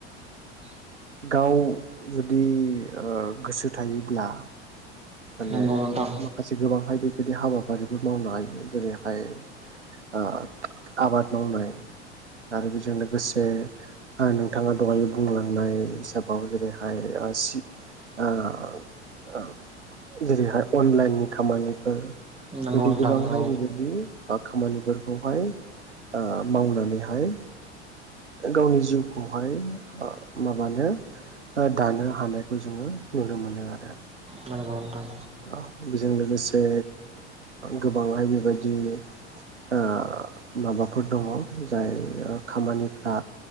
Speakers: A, on the right; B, on the right.
A: <inaudible>
B: गाव जुदि गोसो ओ थायोब्ला। माने
A: नंगौ नोंथां
B: माखासे गोबांहाय बेबायदि हाबा। आबारिफोर मावनो हायो जेरैहाय ओ आबाद मावनाय। आरो बिजों लोगोसे ओ नोंथाङा दहाय बुंलांनाय हिसाबाव जेरैहाय। ओ सिद ओ ओ। जेरैहाय अनलाइननि खामानिफोर।
A: नंगौ
B: बिदि
A: नोंथां
B: गोबांहाय
A: औ
B: बेबायदि खामानिफोरखौहाय। ओ मावनानैहाय। गावनि जिउखौहाय ओ माबानो। ओ दानो हानायखौ जोङो नुनो मोनो आरो।
A: नांगौ नोथां।
B: ओ बिजों लोगोसे गोबांहाय बेबायदि। ओ माबाफोर दङ जाय खामानिफ्रा।